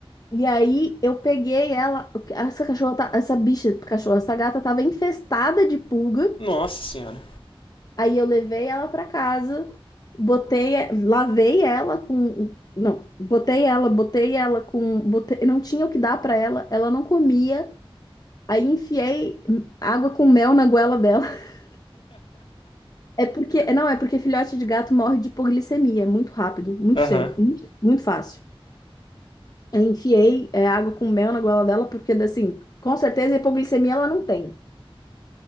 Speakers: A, on the left; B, on the left.
A: E aí eu peguei ela, essa cachorra, tá- essa bicha, cachorra, essa gata estava infestada de pulga.
B: Nossa senhora.
A: Aí eu levei ela para casa, botei, lavei ela com, não, botei ela, botei ela com, botei, não tinha o que dar para ela, ela não comia. Aí enfiei água com mel na goela dela. <laughs> É porque, não, é porque filhote de gato morre de hipoglicemia é muito rápido, muito
B: Aham,
A: cedo,
B: uhum.
A: muito, muito fácil. Aí enfiei é, água com mel na goela dela porque assim, com certeza hipoglicemia ela não tem.